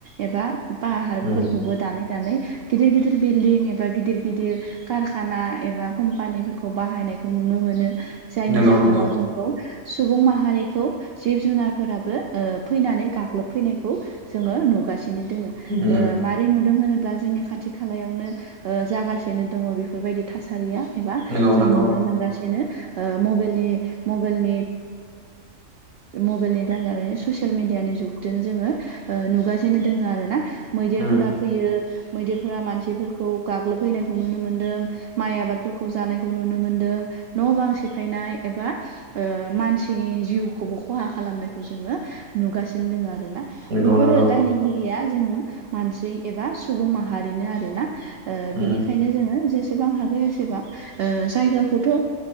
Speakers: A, on the right; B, on the right.
A: एबा पाहारफोरखौबो
B: उम
A: दानै दानै गिदिर गिदिर बिल्डिं एबा गिदिर गिदिर कारखाना एबा कम्पानिफोरखौ बाहायनायखौ नुनो मोनो जायनि
B: नंगौ
A: जाहोनाव
B: नंगौ
A: जों सुबुं माहारिखौ जिब जुनारफोराबो फैनानै गाग्लोब फैनायखौ जोङो नुगासिनो दोङो
B: उम
A: मारै नुदों होनोब्ला जोंनि खाथि खालायावनो जागासिनो दङ बेफोरबायदि थासारिया एबा
B: नंगौ
A: जों
B: नंगौ
A: नुनो मोनगासिनो मबाइलनि मबाइलनि मबाइलनि दाजानाय ससियेल मिडियानि जुग जों जोङो नुगासिनो दोङो आरोना मैदेरफोरा
B: उम
A: फैयो मैदेरफोरा मानसिफोरखौ गाग्लोबहैनायखौ नुनो मोनदों माइ आबादफोरखौ जानायखौ नुनो मोनदों न' बां सेफायनाय एबा ओ मानसिनि जिउखौबो खहा खालामनायखौ जोङो नुगासिनो दङ आरो आरोना
B: नंगौ
A: बैफोरो
B: नंगौ
A: दायनिगिरिया जों मानसि एबा सुबुं माहारिनो आरोना ओ
B: उम
A: बिनिखायनो जोङो जेसेबां हागै एसेबां ओ जायगाखौथ' ओ